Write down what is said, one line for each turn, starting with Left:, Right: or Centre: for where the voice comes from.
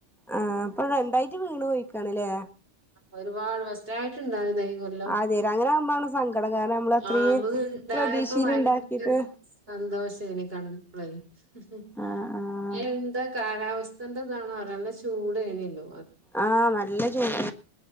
Centre: ആഹ് ഇപ്പടെ ഇണ്ടായിട്ട് വീണ് പോയിക്കാണ്‌ല്ലേ
Right: ആ ഒരുപാട് ഫസ്റ്റായിട്ട്ണ്ടായിതേ ഈ കൊല്ലം
Centre: ആദ്യേ അങ്ങനെ ആകുമ്പാണ് സങ്കടം കാരണം നമ്മള് അത്രീം
Right: ആ നമ്മക്ക് ഇണ്ടായപ്പോ
Centre: പ്രതീക്ഷയില്
Right: ഭയങ്കര
Centre: ഇണ്ടാക്കിട്ട്
Right: സന്തോശേനി കണ്ട- <inaudible>
Centre: ആഹ് ആഹ്
Right: എന്ത കാലാവസ്ഥേന്റെതാണോ അറെ നല്ല ചൂടേനിയേല്ലോ
Centre: ആ നല്ല ചൂട്